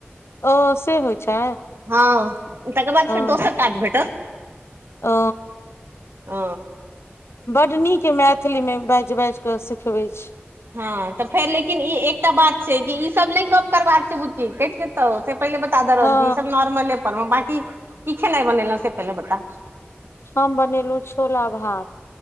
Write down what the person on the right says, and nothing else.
हँ तकर बाद
फेर दोसर काज भेटत।
आ।
हँ तऽ फेर लेकिन ई एकटा बात छै कि ई सभ नहि गप करबाक छै बुच्ची के तऽ से पहिले बता द रहल
छी ई सभ नॉर्मले पर मे बाकी कि खेनाइ बनेलहु से पहिले बता